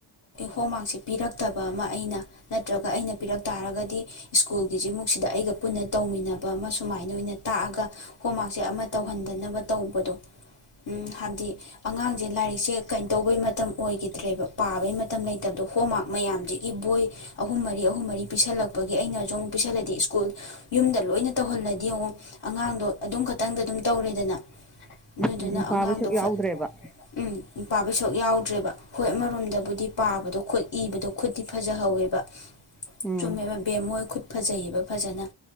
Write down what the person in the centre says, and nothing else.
ꯎꯝ ꯎꯝ ꯄꯥꯕꯩ
ꯁꯔꯨꯛ ꯌꯥꯎꯗ꯭ꯔꯦꯕ
ꯎꯝ